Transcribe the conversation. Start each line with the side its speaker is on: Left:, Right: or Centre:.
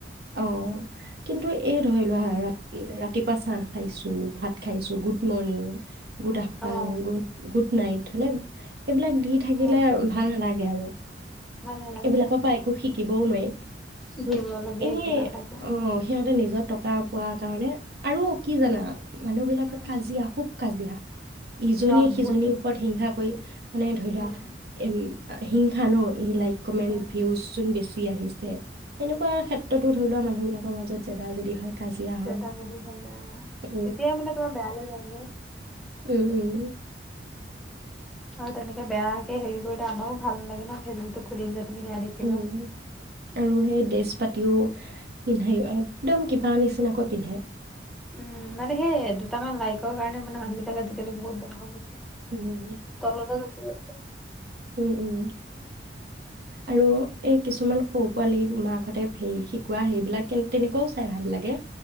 Right: অ কিন্তু এই ধৰি লোৱা ৰা ৰাতিপুৱ পা চাহ খাইছো ভাত খাইছো গুড মৰ্ণিং গুড আফটাৰনন
Centre: অ
Right: গু গুড নাইটো নে এইবিলাক দি থাকিলে
Centre: অ
Right: ভাল নালাগে আৰু <inaudible>
Centre: ভাল নালাগে
Right: এইবিলাকৰ
Centre: অ
Right: পৰা একো শিকিবও নোৱাৰি
Centre: শিকিব
Right: আৰু
Centre: লাগে
Right: এনে
Centre: একো নাথাকে।
Right: অ সিহঁতে নিজৰ টকা পোৱাৰ কাৰণে আৰু কি জানা মানুহবিলাকে
Centre: উম
Right: কাজিয়া খুব কাজিয়া। ইজনীয়ে
Centre: ন বহুত
Right: সিজনীৰ ওপৰত হিংসা <unintelligible> মানে ধৰি
Centre: উম
Right: লোৱা এম হিংসা ন ই লাইক মেন্ত
Centre: উম
Right: ভিউজ চোন জি আহিছে এনেকুৱা ক্ষেত <unintelligible> ধৰি লোৱা মানুহবিলাকৰ মাজত জেদা জেদী হয়। কাজিয়া হয়
Centre: জেদা জেদী হৈ যায় অ' আৰু
Right: উম
Centre: তেতিয়াই মানে তোমাৰ বেয়ালে যায়গে।
Right: উম।
Centre: আৰু তেনেকে বেয়াকে হেৰি কৰিলে আমাৰো ভাল নালাগে ন ফেচবুক টো খুলি যে <unintelligible> দেখিবা।
Right: উম আৰু সেই ডেছ পাতিও পিন্ধায়ো আৰু একদম কিবা নিচিনাকৈ পিন্ধে।
Centre: উম মানে সেই দুটামান লাইকৰ কাৰণে মানে মানুহ বিলাক আজিকালি বহুত বেয়া হৈ গৈছে।
Right: উম
Centre: তলতে গুচি গৈছে।
Right: উম উম আৰু এই কিছুমান সৰু পোৱালী মাকহঁতে হে শিকোৱা সেইবিলাক তেনেকুৱাও চাই ভাল লাগে।